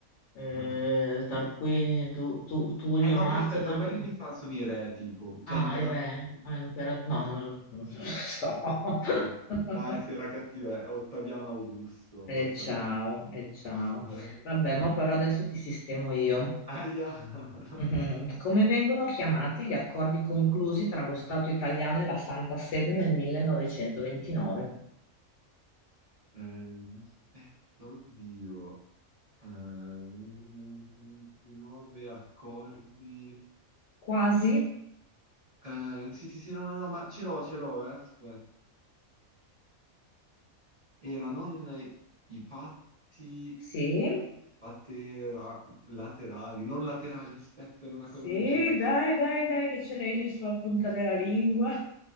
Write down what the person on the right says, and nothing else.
<laughs>
Eh no,
però aspetta,
quelli mi sa sono i re, tipo, cioè
imperatori...
Sì, sì,
anche.
No, eh, sì, era cattivo, eh, Ottaviano Augusto, poi
quello.
<laughs>
Sì,
sì.
Aia! <laughs>
Eh, aspetta, oddio. Ehm, 29 accordi.
Eh, sì, sì, sì, no, no, no, ma ce l'ho, ce l'ho, eh, aspetta. Era non i patti
patera- laterali, non laterali, aspetta, era una
cosa del genere.